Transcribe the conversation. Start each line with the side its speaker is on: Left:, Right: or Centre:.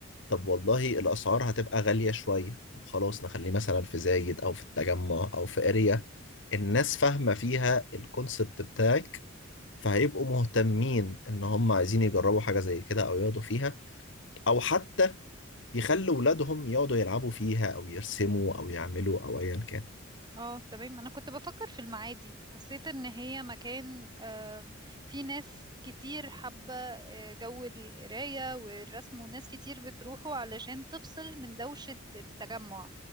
Left: طب والله الأسعار هتبقى غالية شوية طب خلاص نخليه مثلا في زايد أو في التجمع أو في اريا الناس فاهمة فيها الكونسبت بتاعك فهيبقوا مهتمين إن هم عايزين يجربوا حاجة زي كده أو يقعدوا فيها أو حتى يخلوا ولادهم يقعدوا يلعبوا فيها أو يرسموا أو يعملوا أو أيا كان
Right: اه تمام انا كنت بفكر في المعادي حسيت ان هي مكان آم، في ناس كتير حابة آه، جو القراية والرسم وناس كتير بتروحوا علشان تفصل من دوشة التجمع